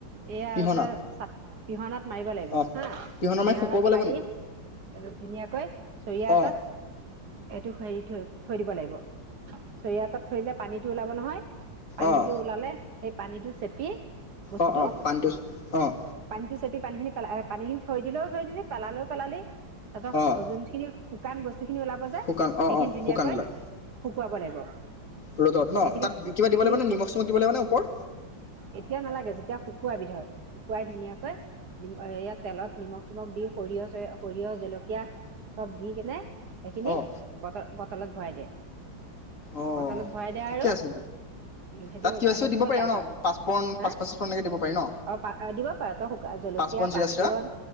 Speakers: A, on the right; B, on the left.
A: এয়া
B: পিহনা
A: যে চ পিহনাত মাৰিব লাগিব
B: অঁ
A: হা
B: পিহনা
A: পিহানাত
B: মানে শুকুৱাব লাগিব
A: মাৰি
B: নেকি
A: ধুনীয়াকৈ চৰিয়া এটাত
B: অঁ
A: সেইটো হেৰি থৈ থৈ দিব লাগিব চৰিয়াএটাত থৈ দিলে পানীটো ওলাব নহয় পানীটো
B: অঁ
A: ওলালে সেই পানীটো চেপি বস্তুটো
B: অ অ পানীটো আহ
A: পানীটো চেপি পানীখিনি পে পানীখিনি থৈ দিলেও থৈ দিলি পেলালও পেলালি তাৰপিছত
B: অঁ
A: যোনখিনি শুকান বস্ত যিখিনি ওলাব যে
B: শুকান অঁ
A: সেইখিনি
B: অঁ
A: ধুনীয়াকৈ
B: শুকানবিলাক
A: শুকুৱাব লাগিব
B: ৰ'দত ন
A: সেইখিনি
B: তাত কিবা দিব
A: সেইখিনি
B: লাগিবনে নিমখ চিমখ দিব লাগিবনে ওপৰত
A: এতিয়া নালাগে যেতিয়া শুকুৱাবি ধৰ শুকুৱাই ধুনীয়াকৈ এইয়া তেলত নিমখ চিমখ দি সৰিয়হ চ সৰিয়হ জলকীয়া চব দি কেনে সেইখিনি
B: অঁ
A: বতল তলত ভৰাই দে।
B: অঁ',
A: বটলত ভৰাই দে
B: ঠিকে
A: আৰু
B: আছে
A: সেইটো
B: তাত তিয়হ চিও
A: সেইটো
B: দিব
A: হ'ল
B: পাৰি
A: গাজৰ
B: ন পাঁচ পোৰণ
A: হা
B: পাঁচ পাঁচ দিব পাৰি ন
A: অ পা দিব পাৰ তই শুকান জলকীয়া
B: পাঁচ পোৰণ
A: পাঁচফোৰণ
B: জিৰা চিৰা